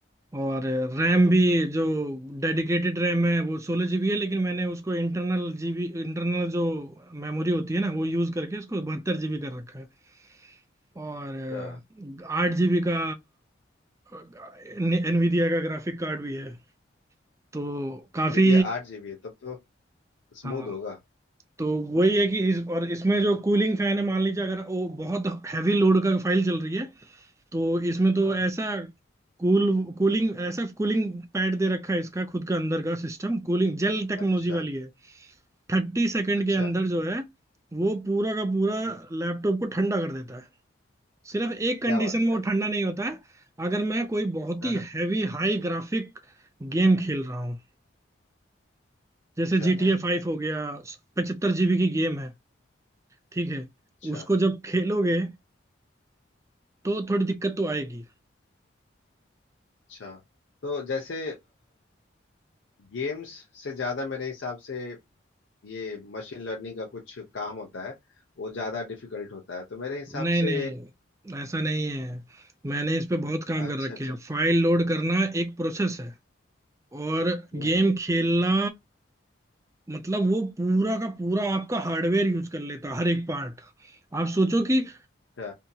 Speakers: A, on the right (about 15°); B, on the left (about 75°).
A: और रैम भी जो डेडिकेटेड रैम है वो सोलह जीबी है लेकिन मैंने उसको इंटरनल जीबी इंटरनल जो मेमोरी होती है ना वो यूज करके उसको बहत्तर जीबी कर रखा है और
B: अच्छा
A: आठ जीबी का एनवीडिया का ग्राफिक कार्ड भी है तो काफी
B: वीडियो आठ जीबी है तब तो स्मूथ
A: हाँ
B: होगा
A: तो वही है कि इस और इसमें जो कूलिंग फैन है मान लीजिए अगर वो बहुत हैवी लोड का फाइल चल रही है तो इसमें तो
B: हाँ
A: ऐसा
B: हाँ
A: कूल कूलिंग ऐसा कूलिंग पैड दे रखा है इसका खुद का अंदर का सिस्टम कूलिंग जेल टेक्नोलॉजी
B: अच्छा
A: वाली है थर्टी सेकंड
B: अच्छा
A: के अंदर जो है वो पूरा का पूरा
B: हम्म,
A: लैपटॉप को ठंडा कर देता है सिर्फ एक कंडीशन
B: क्या बात
A: में वो
B: कर रहे
A: ठंडा नहीं होता है अगर मैं कोई बहुत
B: हैं
A: ही
B: हाँ हाँ
A: हैवी हाई ग्राफिक गेम खेल रहा हूँ जैसे
B: अच्छा
A: GTA 5 हो गया पचहत्तर जीबी की गेम है ठीक है
B: अच्छा
A: उसको जब खेलोगे तो थोड़ी दिक्कत तो आएगी
B: अच्छा तो जैसे गेम्स से ज्यादा मेरे हिसाब से ये मशीन लर्निंग का कुछ काम होता है वो ज्यादा डिफिकल्ट होता है तो मेरे हिसाब
A: नहीं
B: से
A: नहीं ऐसा नहीं है मैंने इस पे बहुत काम
B: अच्छा
A: कर रखे
B: अच्छा
A: हैं फाइल लोड करना एक प्रोसेस है और
B: हम्म
A: गेम
B: हम्म,
A: खेलना मतलब वो पूरा का पूरा आपका हार्डवेयर यूज कर लेता है, हर एक पार्ट आप सोचो कि
B: अच्छा